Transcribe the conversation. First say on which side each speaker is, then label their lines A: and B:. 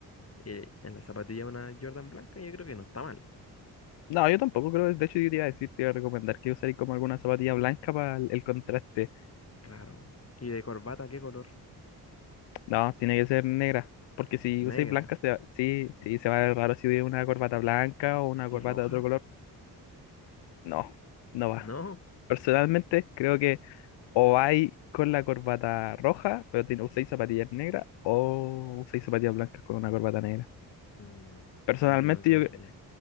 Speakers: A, on the left; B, on the left.
A: eh, en la zapatilla una Jordan blanca, yo creo que no está mal.
B: No, yo tampoco creo, de hecho yo te iba a decir, te iba a recomendar que usáis como alguna zapatilla blanca para el, el contraste.
A: Claro. ¿Y de corbata qué color?
B: No, tiene que ser negra, porque si
A: ¿Negra?
B: usáis blanca, se va- sí, sí, se va a ver raro si hubiera una corbata blanca o una
A: ¿Y
B: corbata
A: roja?
B: de otro color. No, no va.
A: No.
B: Personalmente, creo que o vais con la corbata roja, pero tiene, usáis zapatillas negras, o usáis zapatillas blancas con una corbata negra.
A: Mm,
B: Personalmente,
A: ahí tenemos que ver
B: yo, Es
A: bien.